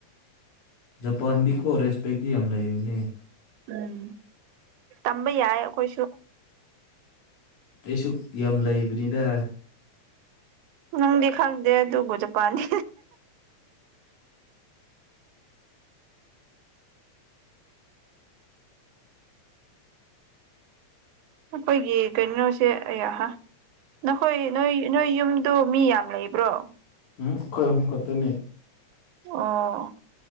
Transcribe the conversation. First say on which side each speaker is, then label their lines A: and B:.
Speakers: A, on the left; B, on the right.
A: ꯄꯥꯟꯗꯤ ꯀꯣ ꯔꯦꯁꯄꯦꯛꯗꯤ ꯌꯥꯝ ꯂꯩꯅꯤ
B: ꯎꯝ ꯇꯝꯕ ꯌꯥꯏ ꯑꯩꯈꯣꯏꯁꯨ
A: ꯑꯩꯁꯨ ꯌꯥꯝ ꯂꯩꯕꯅꯤꯗ
B: ꯃꯅꯨꯡꯗꯤ ꯈꯪꯗ ꯒ ꯆ ꯄꯅꯤ ꯑꯩꯈꯣꯏꯒꯤ ꯀꯩꯅꯩꯅꯣꯁꯦ ꯑ ꯅꯈꯣꯏ ꯅꯣꯏ ꯅꯣꯏ ꯌꯨꯝꯗ ꯃꯤ ꯌꯥꯝ ꯂꯩꯕ꯭ꯔꯣ
A: ꯎꯝ ꯑꯩꯈꯣꯏ ꯑꯍꯨꯝ ꯈꯛꯇꯅꯦ
B: ꯑꯣ